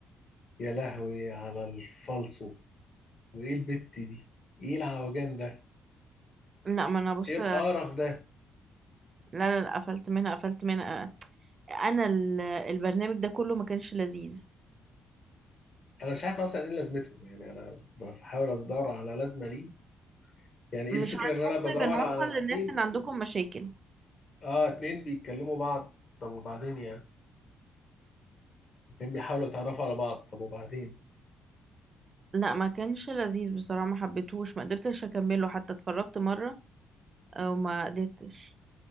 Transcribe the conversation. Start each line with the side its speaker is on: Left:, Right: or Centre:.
Left: يا لهوي على الفالصو وايه البت دي ايه العوجان ده
Right: لا ما انا بص
Left: ايه القرف ده
Right: لا لا لا قفلت منها قفلت منها انا ال- البرنامج ده كله ما كانش لذيذ
Left: انا مش عارف اصلا ايه لازمتهم يعني انا بحاول ادور على لازمة ليه يعني ايه
Right: مش
Left: الفكرة
Right: هتحسي
Left: ان انا بدور
Right: بنوصل
Left: على
Right: للناس
Left: اتنين
Right: ان عندكم مشاكل
Left: اه اتنين بيتكلموا بعض طب وبعدين يعني اتنين بيحاولوا يتعرفوا على بعض طب وبعدين
Right: لا ما كانش لذيذ بصراحة ما حبيتهوش ما قدرتش اكمله حتى اتفرجت مرة وما قدرتش